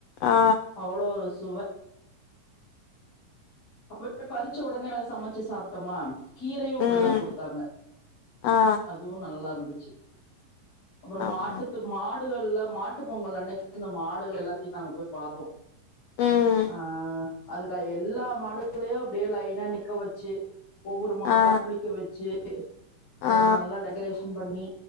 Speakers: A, on the left; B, on the left.
A: ஆ
B: அவ்ளோ ஒரு சுவ அப்பவே பறிச்ச ஒடனே அத சமச்சு சாப்ட்டோமா கீரையு அப்பிடிதா
A: ம்
B: குடுத்தாங்க
A: ஆ
B: அதுவு நல்லா இருந்துச்சு அப்புறோ
A: ஆமா
B: மாட்டுத்து மாடுகள்ல மாட்டு பொங்கல் அன்னைக்கி இந்த மாடுகள் எல்லாத்தயும் நாங்க போய் பாத்தோ
A: ம்
B: ஆ அதுக்க எல்லா மாடுகளையு அப்பிடியே லைனா நிக்க வச்சு ஒவ்வொரு மாடா
A: ஆ
B: குளிக்க வச்சு அதுக்கு
A: ஆ
B: நல்லா டெக்கரேஷன் பண்ணி